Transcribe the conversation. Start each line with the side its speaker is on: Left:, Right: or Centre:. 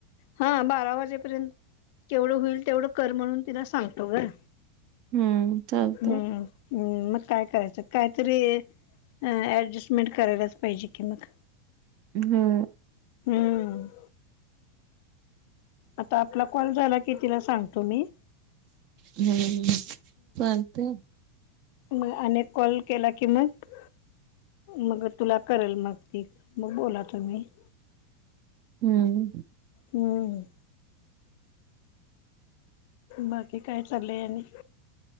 Left: हा बारा वाजेपर्यंत केवढं होईल तेवढं कर म्हणून तिला सांगतो ग.
Right: हम्म चालतंय.
Left: हम्म हम् मग काय करायचं, काहीतरी ॲडजस्टमेंट करायलाच पाहिजे की मग.
Right: हम्म.
Left: हम्म. आता आपला कॉल झाला की तिला सांगतो मी.
Right: हम्म, चालतंय.
Left: म अने कॉल केला की मग मग तुला करेल मग ती, मग बोला तुम्ही.
Right: हम्म.
Left: हम्म. बाकी काय चाललंय आणि?